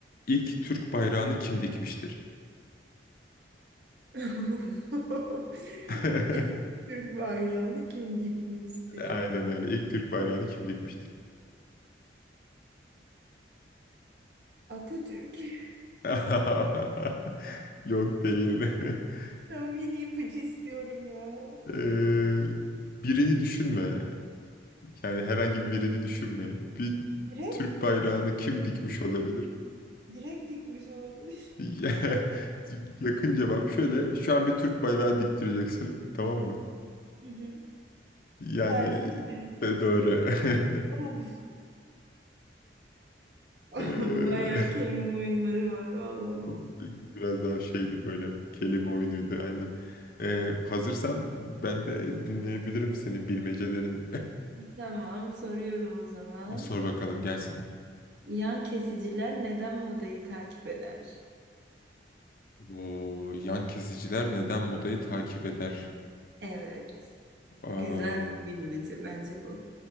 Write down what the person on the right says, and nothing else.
<laughs>
İlk Türk bayrağını kim dikmişti?
Atatürk. <laughs>
Tamam yine ipucu istiyorum ya.
Direkt,
direkt dikmiş olabilir.
Hı hı.
Terzi mi?
Oh. <laughs>
Bayağı kelime oyunları var vallahi.
Tamam, soruyorum o zaman.
Yan kesiciler neden modayı takip eder?
Evet,
güzel bir bilmece bence bu.